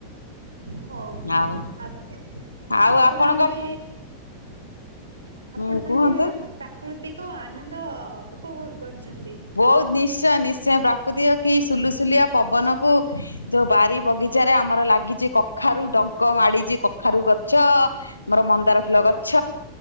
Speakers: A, on the right; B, on the left.
A: ହଉ।
B: ଆଉ
A: ଆପ-ଆପଣ
B: ଆଉ ଆପଣଙ୍କ
A: ଏବେ ଆପଣ
B: ଉଁ କୁହନ୍ତୁ
A: ଏବେ ପ୍ରାକୃତିକ ଆନନ୍ଦ ଉପଭୋଗ କରିଛନ୍ତି।
B: ବୋହୁତ୍ ନିଶ୍ଚୟ, ନିଶ୍ଚୟ ପ୍ରକୃତିକ କି ସୁଲୁସୁଲିଆ ପବନକୁ, ଯୋଉ ବାରି ବଗି ଚାରେ, ଆମର ଲାଗିଛି କଖାରୁ ଡଙ୍କ ମାଡିଛି କଖାରୁ ଗଛ ଆମର ମନ୍ଦାର ଫୁଲ ଗଛ